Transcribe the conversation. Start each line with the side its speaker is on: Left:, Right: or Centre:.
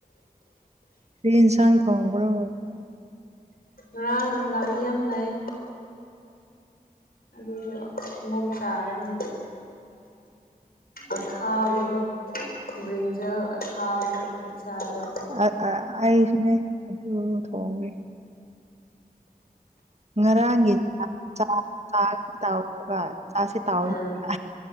Right: ꯐꯟꯁꯥꯡ ꯈꯣꯡꯕ꯭ꯔꯣ
Left: ꯉꯔꯥꯡ ꯅꯨꯡꯗꯥꯡ ꯃꯤ ꯌꯥꯝ ꯂꯩ ꯑꯗꯨꯗꯣ ꯑꯃꯨꯛ ꯆꯥꯔꯅꯤ ꯑꯊꯥꯕꯗꯣ ꯕ꯭ꯔꯤꯟꯖꯜ ꯑꯈꯥꯕꯗꯣ ꯃꯆꯥꯗꯣ
Right: ꯑ ꯑꯏꯁꯅꯦ ꯑꯗꯨ ꯊꯣꯡꯒꯦ ꯉꯔꯥꯡꯒꯤ ꯇꯦꯚ ꯑꯥꯁꯦ ꯇꯥꯎꯑꯣꯅꯦꯕ
Left: ꯎꯝ